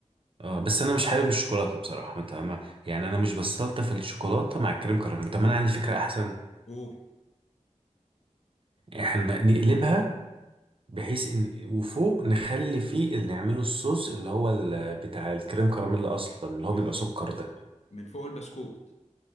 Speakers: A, on the right; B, on the left.
A: اه بس انا مش حابب الشوكولاته بصراحه مت- ما- يعني انا مش بستلطف الشوكولاته مع الكريم كراميل طب ما انا عندي فكره احسن
B: اوه
A: احنا نقلبها بحيث ان وفوق نخلي فيه نعمله الصوص اللي هو ال- بتاع الكريم كراميل اصلا اللي
B: م-
A: هو بيبقى سكر ده
B: من فوق البسكوت